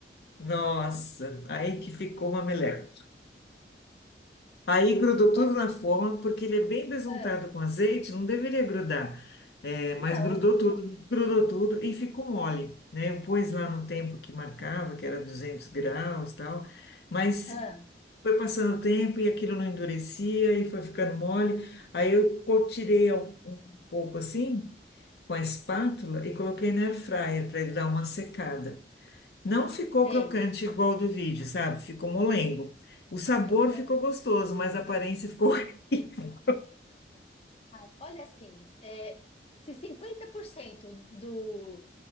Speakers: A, on the left (about 65°); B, on the left (about 35°).
A: Nossa, aí que ficou uma meleca. Aí grudou tudo
B: Mas,
A: na forma, porque ele é bem besuntado
B: ah,
A: com azeite, não deveria grudar. É, mas
B: não,
A: grudou tudo, grudou tudo e ficou mole, né? Eu pus lá no tempo que marcava, que era 200 graus, tal, mas
B: ah,
A: foi passando o tempo e aquilo não endurecia e foi ficando mole. Aí eu co- tirei um um pouco assim com a espátula e coloquei na air fryer para ele dar uma secada. Não ficou
B: sei.
A: crocante igual do vídeo, sabe? Ficou molengo. O sabor
B: aham.
A: ficou gostoso, mas a aparência ficou. <laughs>
B: Ah, olha assim, é, se 50% do,